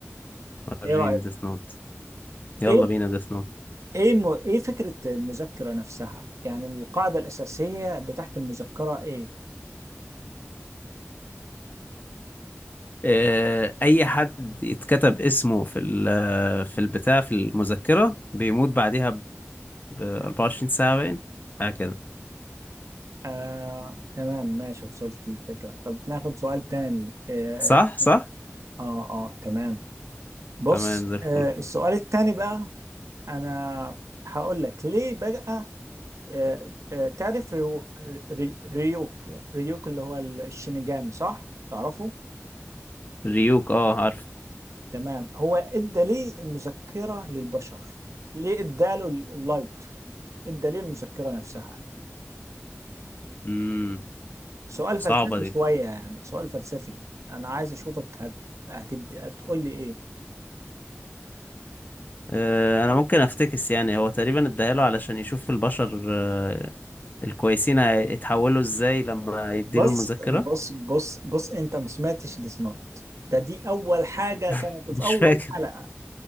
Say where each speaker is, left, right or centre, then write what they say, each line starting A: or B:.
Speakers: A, on the left (about 40°); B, on the right (about 85°).
A: وريني
B: إيه رأيك؟
A: ديث نوت يلا
B: إيه
A: بينا ديث نوت
B: إيه م... إيه فكرة المذكرة نفسها؟ يعني القاعدة الأساسية بتاعت المذكرة إيه؟
A: آه، اي حد يتكتب اسمه في ال- في البتاع في المذكرة بيموت بعديها ب 24 ساعة باين حاجة كده
B: آه تمام ماشي وصلت الفكرة طب ناخد سؤال تاني آه
A: صح صح
B: آه, آه تمام بص
A: تمام زي الفل
B: آه السؤال التاني بقى انا هقول لك ليه بقى آه، آه، تعرف ريو- ري- ريوك ريوك اللي هو الشينيجامي صح تعرفه
A: ريوك اه عارف
B: تمام هو ادى ليه المذكرة للبشر ليه اداله اللايت ادى ليه المذكرة نفسها
A: امم
B: سؤال فلسفي
A: صعبة دي
B: شوية يعني سؤال فلسفي انا عايز اشوفك هت... هتد... هتقول لي ايه
A: آه انا ممكن افتكس يعني هو تقريبا اداله علشان يشوف البشر آه الكويسين هيتحولوا ازاي لما يديله
B: بص
A: المذكرة
B: بص بص بص انت ما سمعتش ديس نوت ده دي اول حاجة كانت
A: <laughs>
B: في
A: مش
B: اول
A: فاكر
B: حلقة